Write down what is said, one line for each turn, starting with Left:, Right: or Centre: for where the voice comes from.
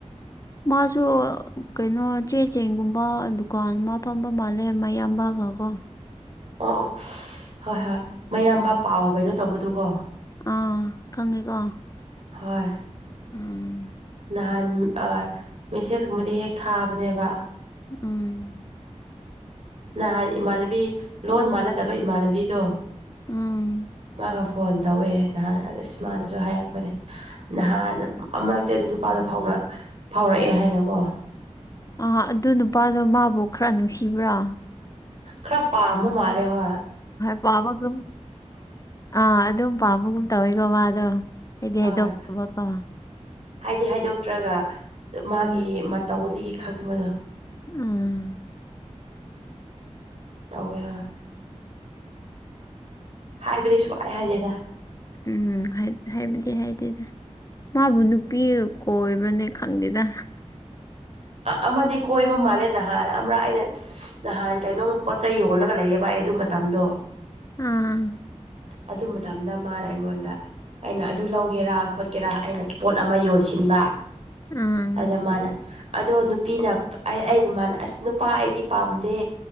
Left: ꯃꯥꯁꯨ ꯀꯩꯅꯣ ꯆꯦ ꯆꯦꯡꯒꯨꯝꯕ ꯗꯨꯀꯥꯟ ꯑꯃ ꯐꯝꯕ ꯃꯥꯜꯂꯦ ꯃꯌꯥꯝꯕꯒ ꯀꯣ
Right: ꯑꯣ ꯑꯣ ꯍꯣꯏ ꯍꯣꯏ ꯃꯌꯥꯝꯕ ꯄꯥꯎ ꯀꯩꯅꯣ ꯇꯧꯕꯗꯨꯒꯣ
Left: ꯑꯥ ꯈꯪꯉꯦꯀꯣ
Right: ꯍꯣꯏ
Left: ꯑꯝ
Right: ꯅꯍꯥꯟ ꯃꯦꯁꯦꯁꯀꯨꯝꯕꯗꯤ ꯍꯦꯛ ꯊꯥꯕꯅꯦꯕ
Left: ꯎꯝ
Right: ꯅꯍꯥꯟ ꯏꯃꯥꯟꯅꯕꯤ ꯂꯣꯟ ꯃꯥꯟꯅꯗꯕ ꯏꯃꯥꯟꯅꯕꯤꯗꯣ
Left: ꯎꯝ
Right: ꯃꯥꯒ ꯐꯣꯟ ꯇꯧꯋꯦ ꯅꯍꯥꯟ ꯏꯁ ꯃꯥꯅꯁꯨ ꯍꯥꯏꯔꯛꯄꯅꯦ ꯅꯍꯥꯟ ꯑꯃꯨꯔꯛꯇꯦ ꯑꯗꯨ ꯅꯨꯄꯥꯗ ꯐꯥꯎ ꯐꯥꯎꯔꯛꯑꯦ ꯍꯥꯏꯅꯀꯣ
Left: ꯑ ꯑꯗꯨ ꯅꯨꯄꯥꯗꯣ ꯃꯥꯕꯨ ꯈꯔ ꯅꯨꯡꯁꯤꯕ꯭ꯔꯥ
Right: ꯈꯔ ꯄꯥꯝꯣ ꯃꯥꯂꯦ ꯍ
Left: ꯄꯕꯒ ꯑꯥ ꯑꯗꯨꯝ ꯄꯥꯕꯒꯨꯝ ꯇꯧꯋꯤꯀꯣ ꯃꯥ ꯑꯗꯣ ꯍꯥꯏꯗꯤ
Right: ꯍꯣꯏ
Left: ꯍꯩꯗꯣꯛꯇꯕꯀꯣ
Right: ꯍꯥꯏꯗꯤ ꯍꯥꯏꯗꯣꯛꯇ꯭ꯔꯒ ꯃꯥꯒꯤ
Left: ꯎꯝ
Right: ꯃꯇꯧꯗꯨꯒꯤ ꯈꯪꯕꯗꯣ
Left: ꯑꯥ
Right: ꯇꯧꯋꯦ ꯍꯣꯏ ꯍꯥꯏꯕꯗꯤ ꯁꯨꯡꯍꯥꯏ ꯍꯥꯏꯗꯦꯗ
Left: ꯎꯝ ꯍꯥꯏ ꯍꯥꯏꯕꯗꯤ ꯍꯥꯏꯗꯤꯦꯗ ꯃꯥꯕꯨ ꯅꯨꯄꯤ ꯀꯣꯏꯕ꯭ꯔꯅꯦ ꯈꯪꯗꯦꯗ
Right: ꯑꯃꯗꯤ ꯀꯣꯏꯕ ꯃꯥꯜꯂꯦ ꯅꯍꯥꯟ ꯑꯃ ꯑꯩꯅ ꯅꯍꯥꯟ ꯀꯩꯅꯣꯝꯛ ꯄꯣꯠ ꯆꯩꯩ ꯌꯣꯜꯂꯒ ꯂꯩꯌꯦꯕ ꯑꯩ ꯑꯗꯨ ꯃꯇꯝꯗꯣ
Left: ꯑꯥ
Right: ꯑꯗꯨ ꯃꯇꯝꯗ ꯃꯥꯅ ꯑꯩꯉꯣꯟꯗ ꯑꯩꯅ ꯑꯗꯨ ꯂꯧꯒꯦꯔꯥ ꯈꯣꯠꯀꯦꯔꯥ ꯑꯩꯅ ꯄꯣꯠ ꯑꯃ ꯌꯣꯟꯁꯤꯟꯕ
Left: ꯑꯥ
Right: ꯑꯗ ꯃꯥꯅ ꯑꯗꯣ ꯅꯨꯄꯤꯅ ꯑꯩ ꯑꯩ ꯑꯗꯨꯂ ꯑꯁ ꯅꯨꯄꯥ ꯑꯩꯗꯤ ꯄꯥꯝꯗꯦ